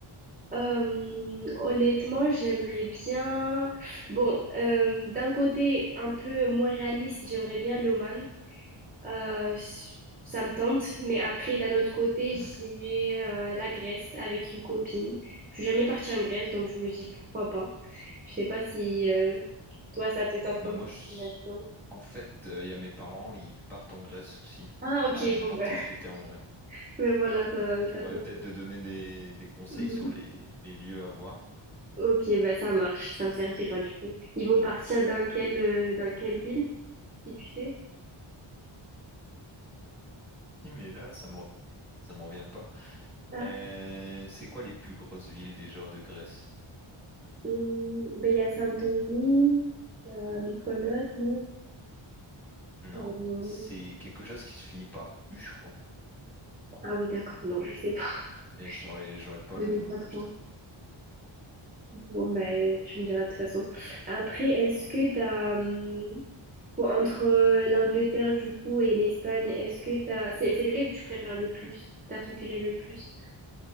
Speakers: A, on the right; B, in the centre.
A: Euh, honnêtement, j'aimerais bien... Bon, euh, d'un côté un peu moins réaliste, j'aimerais bien l'Oman. Euh, ça me tente, mais après, d'un autre côté,
B: Hmm.
A: j'irai euh, la Grèce avec une copine. Je suis jamais partie en Grèce, donc je me dis pourquoi pas. Je sais pas si euh, toi, ça te tente
B: Bah
A: comme
B: moi,
A: destination.
B: je- en fait, euh, il y a mes parents, ils partent en Grèce aussi.
A: Ah, ok,
B: Enfin, ils
A: bon,
B: partent
A: ben,
B: cet été en Grèce.
A: <laughs> mais voilà, ça,
B: Je
A: ça
B: pourrais
A: tombe.
B: peut-être te donner des, des conseils
A: Mhm.
B: sur les, les lieux à voir.
A: Ok, ben ça marche, ça me servira du coup. Ils vont partir dans quelle, euh, dans quelle ville, si tu sais?
B: Si, Mais là, ça me revient. Ça me revient pas.
A: Ah,
B: Euh, c'est quoi les plus grosses villes déjà de Grèce?
A: hum, ben il y a Santorini, il y a Mykonos, non?
B: Non,
A: Euh,
B: c'est quelque chose qui se finit par U, je crois.
A: Ah oui, d'accord, non, je sais pas.
B: Mais j'aurais, j'aurais
A: <laughs>
B: pas
A: Je
B: le
A: connais
B: nom
A: pas
B: là,
A: trop.
B: je t'avoue.
A: Bon, ben, tu me diras de toute façon. Après, est-ce que t'as... hum, bon, entre euh, l'Angleterre, du coup, et l'Espagne, est-ce que t'as... C'est, c'est lequel tu préfères le plus? T'as préféré le plus?